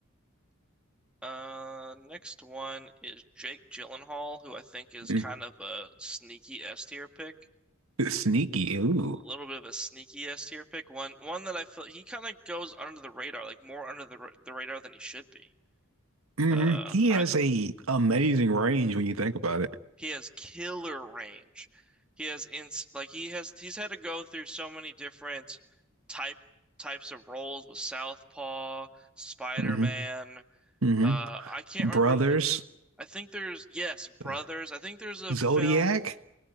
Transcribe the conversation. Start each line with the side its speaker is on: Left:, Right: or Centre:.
Centre: Uh, next one is Jake Gyllenhaal, who I think is
Right: Mm.
Centre: kind of a sneaky S tier pick,
Right: Sneaky. Ooh,
Centre: a little bit of a sneaky S tier pick. One one that I feel he kind of goes under the radar, like more under the ra- the radar than he should be.
Right: hmm
Centre: Uh,
Right: He
Centre: I
Right: has a amazing range when you think about it.
Centre: he has killer range. He has ins like he has he's had to go through so many different type types of roles with Southpaw, Spider-Man.
Right: hmm hmm
Centre: Uh, I can't
Right: Brothers,
Centre: remember the, I think there's yes, Brothers.
Right: Ugh.
Centre: I think there's a
Right: Zodiac.
Centre: film